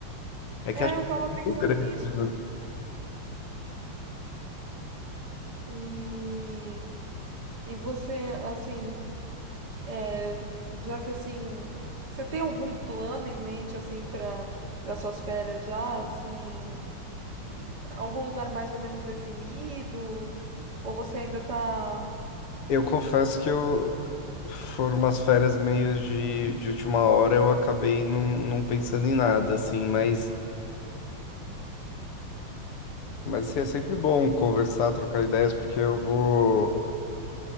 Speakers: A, on the left (about 85°); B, on the right (about 50°).
A: É
B: É,
A: que acho
B: eu
A: que
B: tava
A: é
B: pensando
A: muito grande,
B: nisso.
A: né?
B: E, e você, assim, é, já que assim, você tem algum plano em mente, assim, para para suas férias já, assim, d- algum lugar mais ou menos definido? Ou você ainda tá,
A: Eu confesso que eu foram umas férias meio de, de última hora, eu acabei não, não pensando em nada, assim, mas, mas assim, é sempre bom conversar, trocar ideias, porque eu vou.